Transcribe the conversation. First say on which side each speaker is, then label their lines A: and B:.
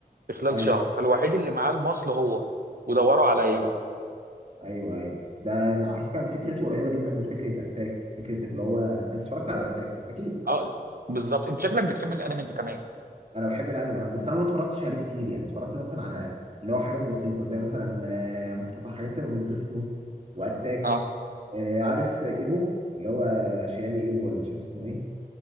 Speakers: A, on the right (about 70°); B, on the right (about 45°).
A: في خلال
B: ايوه
A: شهر فالوحيد اللي معاه المصل هو ودوروا عليا
B: ايوه
A: بقى
B: ايوه ايوه ده على فكره فكرته قريبه جدا من فكره اتاك فكره اللي هو انت اتفرجت على اتاك صح اكيد
A: اه بالظبط انت شكلك بتحب الانمي انت كمان
B: انا بحب الانمي بس انا ما اتفرجتش عليه كتير يعني اتفرجت مثلا على اللي هو حاجات بسيطه زي مثلا آه، مقتطع حاجات كده من ديس نوت واتاك
A: اه
B: آه، عارف ايبو اللي هو شيامي ايبو ولا مش عارف اسمه ايه